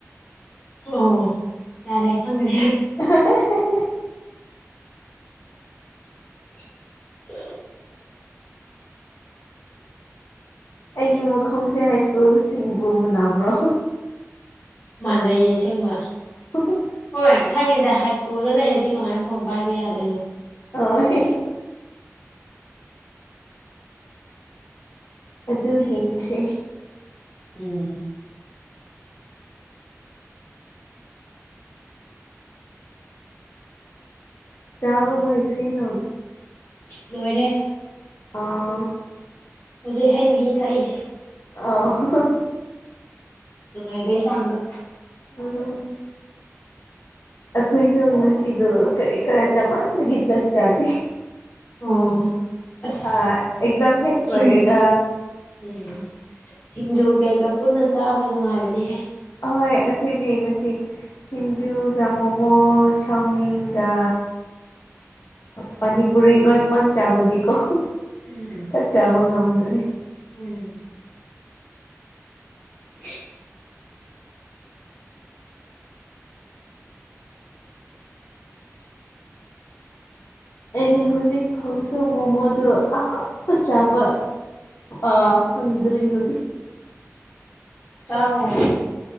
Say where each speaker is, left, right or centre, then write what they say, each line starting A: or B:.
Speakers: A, on the left (about 45°); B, on the left (about 60°).
A: ꯑꯣ ꯌꯥꯔꯦ ꯈꯪꯦ
B: ꯑ
A: <unintelligible>
B: ꯑꯩꯒꯤ ꯃꯈꯣꯡꯁꯦ ꯍꯥꯏ ꯁ꯭ꯀꯨꯜꯁꯤꯡꯕꯨ ꯃꯕ꯭ꯔꯣ
A: ꯃꯥꯟꯅꯩꯌꯦꯁꯦꯡꯕ
B: ꯑ
A: ꯍꯣꯏ ꯈꯪꯉꯤꯗ ꯍꯥꯏ ꯁ꯭ꯀꯨꯜꯗ ꯂꯩꯔꯗꯤ ꯀꯃꯥꯏꯅ ꯐꯣꯟ ꯄꯥꯏꯕ ꯌꯥꯗꯣꯏꯅꯣ
B: ꯑ ꯑꯗꯨ ꯍꯤꯡꯈ꯭ꯔꯦ
A: ꯎꯝ
B: ꯆꯥꯕ ꯂ ꯐꯤꯅꯝ
A: ꯅꯣꯏꯔꯦ
B: ꯑꯥ
A: ꯍꯧꯖꯤꯛ ꯍꯩ ꯃꯍꯤ ꯊꯛꯏꯦ
B: ꯑ
A: ꯅꯨꯡꯉꯥꯏꯕꯩ ꯆꯥꯡꯗꯣ
B: ꯎꯝ ꯑꯩꯈꯣꯏꯁꯨ ꯉꯁꯤꯗꯣ ꯀꯔꯤ ꯀꯔ ꯆꯃꯟꯕꯒꯤ ꯆꯥꯛ ꯆꯥꯗꯦ
A: ꯑꯣ ꯑꯁ
B: ꯑ ꯑꯦꯛꯖꯥꯝ ꯍꯦ
A: ꯁꯤꯡꯖꯨ
B: ꯔꯑꯒ
A: ꯎꯝ ꯁꯤꯡꯖꯨ ꯀꯩꯀꯥ ꯄꯨꯟꯅ ꯆꯥꯕꯗ ꯅꯨꯡꯉꯥꯏꯕꯅꯦꯍꯦ
B: ꯑꯍꯣꯏ ꯑꯩꯈꯣꯏ ꯌꯦꯡꯉꯁꯤ ꯁꯤꯤꯟꯖꯨꯒ ꯃꯣꯃꯣ ꯆꯧꯃꯤꯟꯒ ꯄꯅꯤꯄꯨꯔꯤ ꯂꯣꯏꯃꯛ ꯆꯥꯕꯨꯒꯤ ꯀꯧꯕ
A: ꯎꯝ
B: ꯐꯠꯆꯕ ꯉꯝꯗ꯭ꯔꯦ
A: ꯎꯝ <unintelligible>
B: ꯑꯩꯗꯤ ꯍꯧꯖꯤꯛ ꯐꯥꯎꯁꯨ ꯃꯣꯃꯣꯗꯣ ꯑꯍꯥꯞꯄ ꯆꯥꯎꯥꯕ ꯑꯥ ꯐꯪꯗꯔꯤꯣ
A: ꯆꯥꯎ